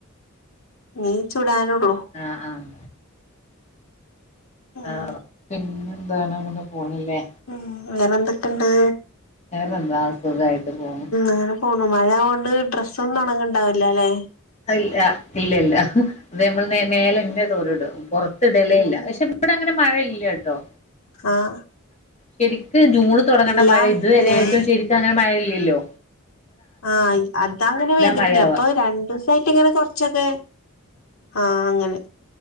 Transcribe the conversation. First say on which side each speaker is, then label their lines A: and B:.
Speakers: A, on the left; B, on the left.
A: ഇനി ചുടാനോള്ളു.
B: ആഹ് ആഹ്.
A: ഉം
B: ആഹ് പിന്നെന്താണ്? ഇങ്ങനെ പോണ്‌ല്ലേ?
A: മ്മ് വേറെന്തൊക്കെണ്ട്?
B: വേറെന്താ സുഖായി ട്ട് പോണ്.
A: അങ്ങനെ പോണു. മഴ ഓണ്ട് ഡ്രസ്സൊന്നും ഒണങ്ങ്ണ്ടാവില്ലാല്ലേ?
B: അഹ് ഇല്ല ഇല്ലല്ല. അത് നമ്മൾ മേലന്നെ തോറിയിടും. പൊറത്ത് ഇടലേ
A: ഉം
B: ഇല്ല. പക്ഷെ ഇവടങ്ങനെ മഴ ഇല്ലട്ടോ.
A: ആഹ്
B: ശരിക്ക് ജൂണ് തൊടങ്ങേണ്ട
A: ഇല്ല
B: മഴ ഇതുവരെ
A: ഏഹ്
B: ആയിട്ടും ശരിക്കങ്ങനെ മഴ ഇല്ലല്ലോ?
A: ആഹ് അതങ്ങനെ പെയ്തിട്ടില്ല.
B: മഴയാവാ
A: ഇപ്പൊ രണ്ടൂസ യിട്ട്ങ്ങനെ കൊറച്ചൊക്കെ, ആഹ് അങ്ങനെ.